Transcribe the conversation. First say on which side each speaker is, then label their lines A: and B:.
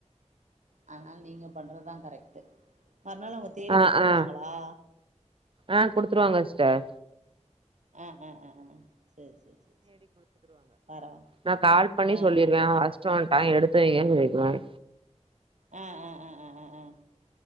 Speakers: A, on the right; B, on the right.
A: அதனால நீங்க பண்றதுதான் கரெக்ட் மறுநாள் அவுங்க தேடி
B: ஆ
A: குடுத்துருவாங்களா
B: ஆ ஆ குடுத்துருவாங்க சிஸ்டர்
A: ஆஹ் ஆஹ் ஆஹ் சேரி சேரி சேரி பரவா
B: நான் கால் பண்ணி
A: ஆ
B: சொல்லிருவேன்
A: ஆ ஆ ஆ
B: அவன் வசுட் வந்துட்டான் எடுத் து வைங்கன்னு கேட்ருவன்
A: ஆஹ் ஆஹ் ஆஹ்